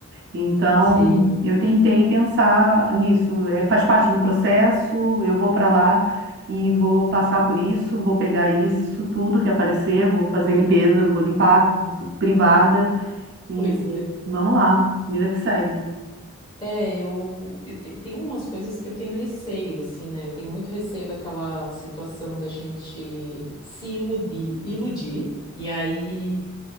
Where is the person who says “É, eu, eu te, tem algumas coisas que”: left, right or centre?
Left